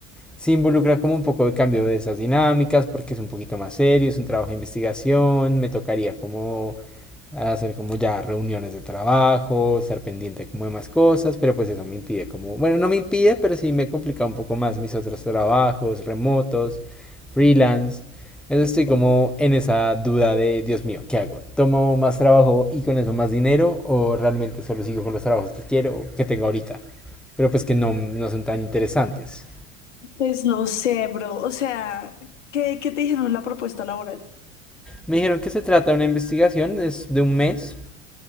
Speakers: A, in the centre; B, on the left.
A: Sí involucra como un poco de cambio de esas dinámicas porque es un poquito más serio, es un trabajo de investigación, me tocaría como hacer como ya reuniones de trabajo, estar pendiente como de más cosas, pero pues eso me impide como, bueno, no me impide, pero sí me complica un poco más mis otros trabajos remotos, freelance. Entonces estoy como en esa duda de, Dios mío, ¿qué hago? ¿Tomo más trabajo y con eso más dinero o realmente solo sigo con los trabajos que quiero o que tengo ahorita? Pero pues que no, no son tan interesantes.
B: Pues no sé, bro, o sea, ¿qué, qué te dijeron en la propuesta laboral?
A: Me dijeron que se trata de una investigación, es de un mes,